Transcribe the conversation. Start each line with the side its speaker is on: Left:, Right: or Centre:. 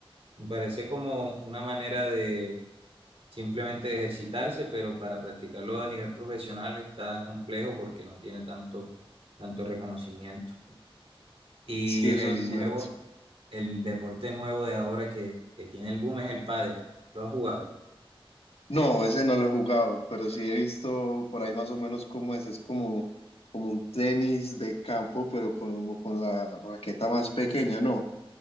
Right: me parece como una manera de simplemente ejercitarse, pero para practicarlo a nivel profesional está complejo porque no tiene tanto, tanto reconocimiento. Y
Left: Sí,
Right: el
Left: eso es
Right: nuevo,
Left: cierto.
Right: el deporte nuevo de ahora que, que tiene el boom es el pádel. ¿Lo has jugado?
Left: No, ese no lo he jugado, pero sí he visto por ahí más o menos cómo es, es como, como un tenis de campo, pero como con la raqueta más pequeña, ¿no?